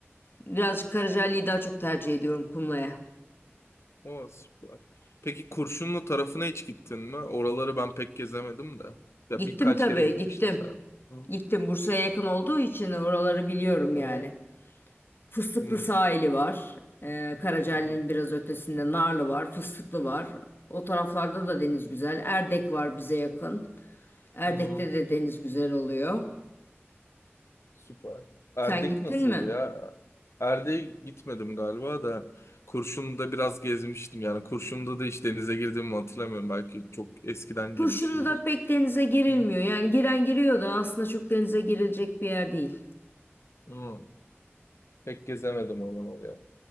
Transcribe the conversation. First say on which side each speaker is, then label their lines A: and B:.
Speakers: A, on the left; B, on the left.
A: birazcık Karacaali'yi daha çok tercih ediyorum Kumla'ya.
B: O süper. Peki Kurşunlu tarafına hiç gittin mi? Oraları ben pek gezemedim de. Ya
A: Gittim
B: birkaç
A: tabii
B: kere gitmiştim
A: gittim.
B: sen. Hı hı.
A: Gittim Bursa'ya yakın olduğu için oraları biliyorum
B: Hı
A: yani.
B: hı.
A: Fıstıklı
B: Hı
A: sahili var. Ee, Karacaali'nin
B: hı.
A: biraz ötesinde Narlı var. Fıstıklı var. O taraflarda da deniz güzel. Erdek var bize yakın. Erdek'te
B: Hı hı.
A: de deniz güzel oluyor.
B: Süper. Erdek
A: Sen gittin
B: nasıldı
A: mi?
B: ya? Erdek'e gitmedim galiba da Kurşun'da biraz gezmiştim yani. Kurşun'da da hiç denize girdiğimi hatırlamıyorum. Belki çok eskiden
A: Kurşunu
B: girmişimdir.
A: da pek denize girilmiyor.
B: Hı.
A: Yani giren giriyor da aslında çok denize girilecek bir yer değil.
B: Hı. Pek gezemedim aman oluyor.